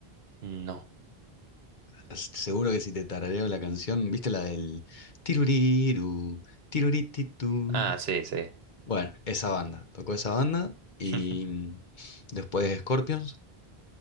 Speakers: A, on the right; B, on the left.
A: no.
B: S- Seguro que si te tarareo la canción, ¿viste la del tiruriru, tirurititun?
A: Ah, sí, sí.
B: Bueno, esa banda. Tocó esa banda y
A: <laughs>
B: mm, después Scorpions.